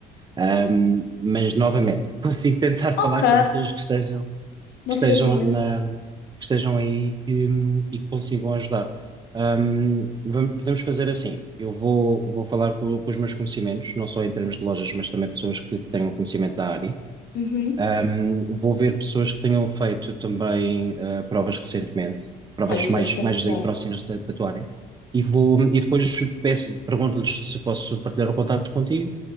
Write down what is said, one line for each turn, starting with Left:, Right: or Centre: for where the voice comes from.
Right: Ahm, mas, novamente, <laughs> consigo tentar
Left: Ok,
Right: falar com pessoas que estejam,
Left: não
Right: que estejam
Left: sabia.
Right: na- que estejam aí que, e que consigam ajudar. Ahm, vamos- podemos fazer assim: eu vou, vou falar com, com os meus conhecimentos, não só em termos de lojas, mas também pessoas que, que tenham conhecimento da área.
Left: Uhum.
Right: Um, vou ver pessoas que tenham feito também uh, provas recentemente, provas
Left: Olha, isso
Right: mais,
Left: era espetacular.
Right: mais aí próximas da, da tua área, e vou, e depois peço, pergunto-lhes se posso partilhar o contacto contigo,